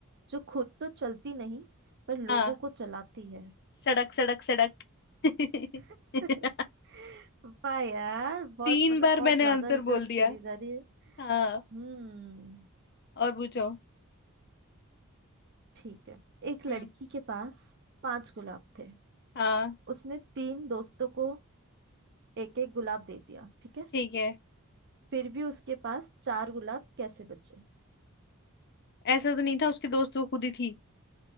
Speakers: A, on the right (about 55°); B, on the left (about 50°).
A: जो खुद तो चलती नहीं पर लोगों
B: हाँ
A: को चलाती है
B: सड़क सड़क सड़क <laughs>
A: <laughs> वाह यार बहुत
B: तीन
A: मतलब
B: बार
A: बहुत
B: मैंने
A: ज्यादा
B: आंसर
A: रिडल्स
B: बोल दिया
A: खेली जा रही है
B: हाँ
A: हम्म
B: और पूछो
A: ठीक है एक लड़की
B: हम्म
A: के पास पांच गुलाब थे
B: हाँ
A: उसने तीन दोस्तों को एक एक गुलाब दे दिया ठीक है
B: ठीक है
A: फिर भी उसके पास चार गुलाब कैसे बचे
B: ऐसा तो नहीं था उसके दोस्त वो खुद ही थी